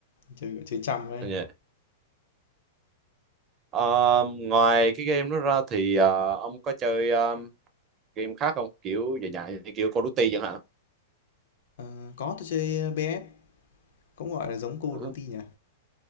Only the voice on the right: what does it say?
Dạ. Ờ, ngoài cái game đó ra thì ờ, ông có chơi ờ, game khác không kiểu dài dài như kiểu Call of Duty chẳng hạn
uh